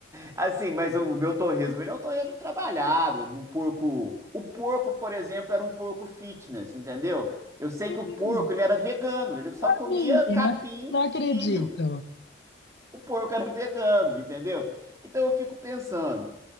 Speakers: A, on the right; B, on the left.
A: Assim, mas o meu torresmo, ele é um torresmo trabalhado, é de um porco. O porco, por exemplo, era um porco fitness, entendeu? Eu sei
B: Hum,
A: que o porco, ele era vegano, ele só comia
B: Menina,
A: capim
B: não acredito.
A: e milho. O porco era <laughs> vegano, entendeu? Então eu fico pensando,